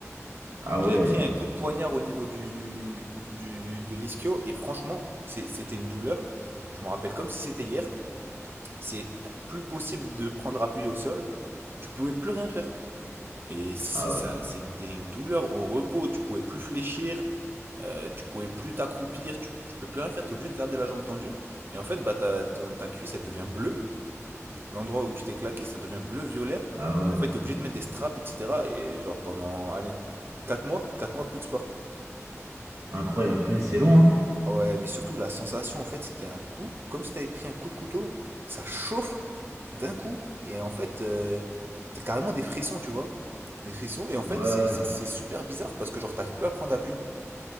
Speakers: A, on the right; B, on the right.
A: Ah
B: J'avais
A: ouais,
B: pris un coup de poignard au niveau du, du- de l'ischio et franchement, c'est- c'était une douleur. Je m'en rappelle comme si c'était hier. C'est plus possible de prendre appui au sol. Tu pouvais plus rien faire. Et ça,
A: ah
B: ça-
A: ouais,
B: c'est une, t'es une douleur au repos. Tu pouvais plus fléchir. euh, tu pouvais plus t'accroupir. Tu, tu peux plus rien faire. Tu es obligé de garder la jambe tendue. Et en fait, bah, ta, ton- ta cuisse, elle devient bleue. L'endroit où tu t'es claqué, ça devient bleu-violet.
A: ah ouais.
B: Et en fait, t'es obligé de mettre des straps, etc. Et genre pendant, allez, 4 mois, 4 mois, plus de sport.
A: Incroyable. Punaise, c'est long, hein
B: Ah ouais, mais surtout la sensation, en fait, c'était un coup, comme si t'avais pris un coup de couteau, ça chauffe d'un coup. Et en fait, euh, t'as carrément des frissons, tu vois. Des frissons. Et en fait,
A: Ouais, ouais.
B: c'est c'est- c'est super bizarre parce que genre, t'arrives plus à prendre appui.